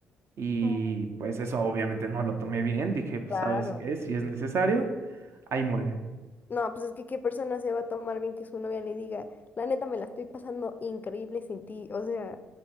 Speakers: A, on the right; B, on the left.
A: y
B: Mm,
A: pues eso obviamente no lo tomé bien, dije, pues
B: Claro.
A: sabes qué, si es necesario, ahí muere.
B: No, pues es que qué persona se va a tomar bien que su novia le diga, la neta me la estoy pasando increíble sin ti. O sea,